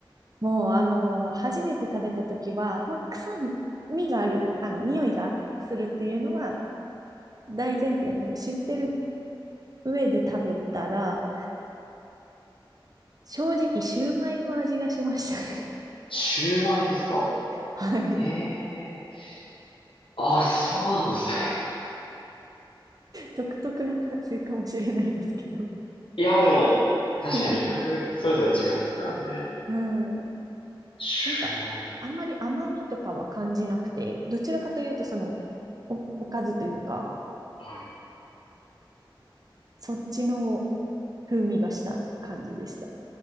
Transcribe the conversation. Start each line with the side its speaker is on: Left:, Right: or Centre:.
Right: もう、あの、初めて食べた時は、まあ、臭い、味がある、あの、匂いがするっていうのは大前提、もう知ってる上で食べたら、正直、シューマイの味がしましたね。
Left: シューマイですか
Right: <laughs> はい。
Left: ええー。あ、そうなんですね。<laughs>
Right: 独特な感性かもしれないですけど。
Left: いや、でも、
Right: <laughs>
Left: 確かに味覚ってそれぞれ違いますからね。
Right: うん。
Left: シューマイ。
Right: なんか、あんまり甘みとかは感じなくて、どちらかというと、その、お、おかずというか、
Left: はい。
Right: そっちの風味がした感じでした。